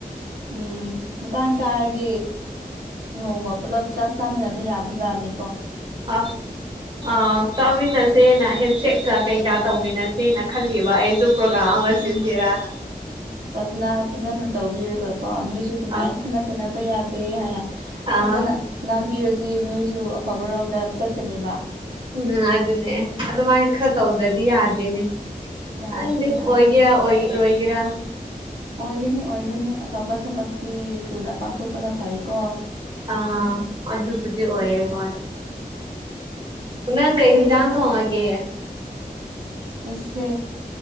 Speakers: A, on the right; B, on the right.
A: ꯎꯝ ꯃꯇꯥꯡ ꯆꯥꯔꯗꯤ ꯅꯣꯡꯃ ꯄꯨꯜꯂꯞ ꯆꯞ ꯆꯥꯃꯤꯟꯅꯕ ꯌꯥꯕ ꯖꯥꯠꯅꯤ
B: ꯑ ꯑ ꯇꯃꯤꯤꯟꯁꯦꯅ ꯍꯦ ꯁꯦꯀ ꯀꯩꯀꯥ ꯇꯧꯃꯤꯟꯅꯁꯦꯅ ꯈꯜꯂꯤꯕ ꯑꯩꯁꯨ ꯄ꯭ꯔꯣꯒ꯭ꯔꯥꯝ ꯑꯃ ꯁꯤꯟꯁꯤꯔꯅ
A: ꯎꯝ ꯄ꯭ꯔꯥꯊꯅꯥ ꯐꯖꯅ ꯇꯧꯕꯤꯔꯦꯒꯀꯣ ꯅꯁꯨ ꯁꯨꯃꯥꯏꯅ
B: ꯑ
A: ꯈꯠꯅ ꯆꯩꯠꯅꯕ ꯌꯥꯗꯦ ꯑꯩ ꯍꯥꯏꯅ
B: ꯑꯥ
A: ꯐꯖꯅ ꯉꯥꯡꯕꯤꯔꯁꯤ ꯃꯣꯏꯁꯨ ꯑꯐꯕꯔꯣꯝꯗ ꯆꯠꯀꯅꯦꯕ
B: ꯎꯝ ꯑꯗꯨꯅꯦ ꯑꯗꯨꯃꯥꯏꯅ ꯈꯔ ꯇꯧꯗ꯭ꯔꯗꯤ ꯌꯥꯗꯦꯅꯦ
A: ꯌꯥꯗ꯭ꯔꯦ
B: ꯪꯗꯤꯦ
A: ꯌꯥꯗ꯭ꯔꯦ
B: ꯑꯣꯏꯒꯦꯔꯥ ꯑꯣꯏ ꯑꯣꯏꯒꯦꯔꯥ
A: ꯑꯣꯏꯒꯅꯤ ꯑꯣꯏꯒꯅꯤ ꯑꯐꯕ ꯊꯕꯛꯇꯤ ꯊꯨꯅ ꯄꯥꯡꯊꯣꯛꯄꯅ ꯐꯩꯀꯣ
B: ꯑꯥ ꯑꯗꯨꯕꯨꯗꯤ ꯑꯣꯏꯌꯦꯦ ꯍꯣꯏ ꯅꯪ ꯀꯩ ꯌꯦꯟꯁꯥꯡ ꯊꯣꯡꯉꯒꯦ
A: ꯑꯦꯁꯦ